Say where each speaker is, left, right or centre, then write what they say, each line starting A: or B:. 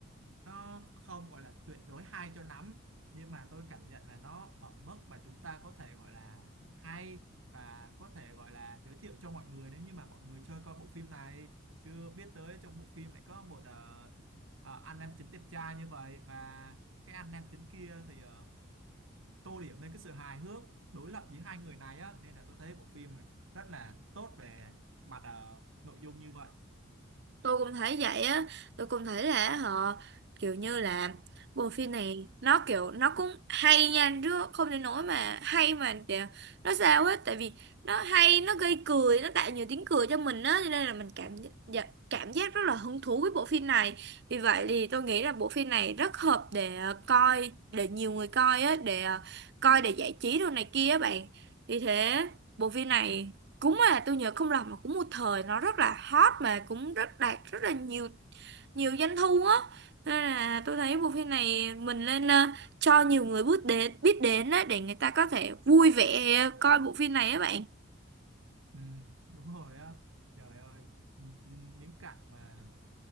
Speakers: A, on the right; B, on the right.
A: nó không gọi là tuyệt đối hay cho lắm nhưng mà tôi cảm nhận là nó ở mức mà chúng ta có thể gọi là hay và có thể gọi là giới thiệu cho mọi người nếu như mà mọi người chơi coi bộ phim này chưa biết tới trong bộ phim này có một ờ, ờ, anh nam chính đẹp trai như vậy và cái anh nam chính kia thì ờ, tô điểm lên cái sự hài hước đối lập giữa hai người này á nên là tôi thấy bộ phim rất là tốt về mặt ờ, nội dung như vậy
B: tôi cũng thấy vậy á tôi cũng thấy là họ kiểu như là bộ phim này nó kiểu nó cũng hay nha chứ không đến nỗi mà hay mà để nó sao hết tại vì nó hay nó gây cười nó tạo nhiều tiếng cười cho mình á cho nên là mình cảm dạ, cảm giác rất là hứng thú với bộ phim này vì vậy thì tôi nghĩ là bộ phim này rất hợp để ờ, coi để nhiều người coi á để ờ, coi để giải trí đồ này kia á bạn vì thế bộ phim này Cúng à, tôi nhớ không lầm là cũng một thời nó rất là hot mà cũng rất đạt rất là nhiều nhiều doanh thu á. Nên là tôi thấy bộ phim này mình nên ờ, cho nhiều người biết đến biết đến á để người ta có thể vui vẻ coi bộ phim này á bạn.
A: ừ, đúng rồi á trời ơi ừ, ừ, những cảnh mà